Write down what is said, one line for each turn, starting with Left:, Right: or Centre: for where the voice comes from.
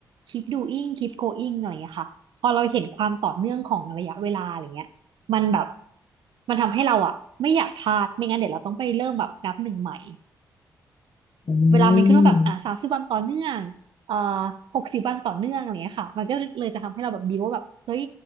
Right: keep doing keep going อะไรอย่างเงี้ยค่ะพอเราเห็นความต่อเนื่องของระยะเวลาอะไรเงี้ยมันแบบมันทำให้เราอะไม่อยากพลาดไม่งั้นเดี๋ยวเราต้องไปเริ่มแบบนับหนึ่งใหม่
Left: อื
Right: เวลามันขึ้นว่าแบบอ่าสามสิบวันต่อเนื่องเอ่อหกสิบวันต่อเนื่องอะไรเงี้ยค่ะมันก็เลยจะทำให้เราแบบบิวว่าแบบเฮ้ย
Left: ม